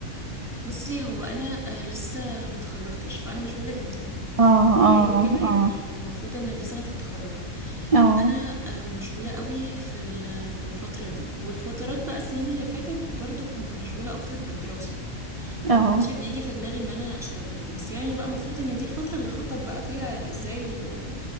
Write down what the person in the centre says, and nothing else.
بصي هو انا آه، لسه ما اتخرجتش فانا مشغوله جدا
في الكليه
وكده يعني
المفروض ان دي سنه التخرج
انا آه، مشغوله قوي في ال- في الفتره دي والفترات بقى السنين اللي فاتت برضو كنت مشغوله اكتر بالدراسه فما
كانش بيجي في دماغي ان انا اشتغل بس يعني بقى المفروض ان دي الفتره اللي خطط بقى فيها ازاي آه،